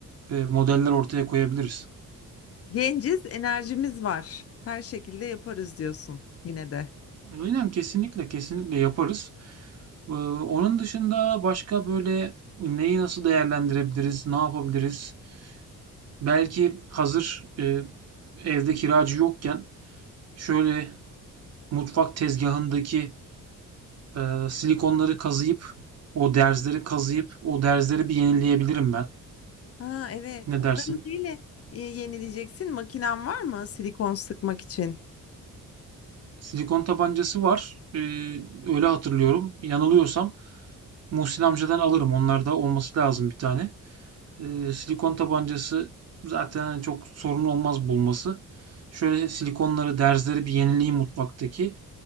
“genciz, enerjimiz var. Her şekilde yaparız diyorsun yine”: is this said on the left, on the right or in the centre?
Left